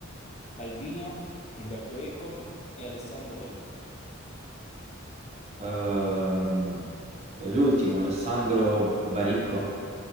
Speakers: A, on the left; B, on the right.
A: Calvino, Umberto Eco e Alessandro Baricco.
B: Ehm, eh, l'ultimo, Alessandro Baricco.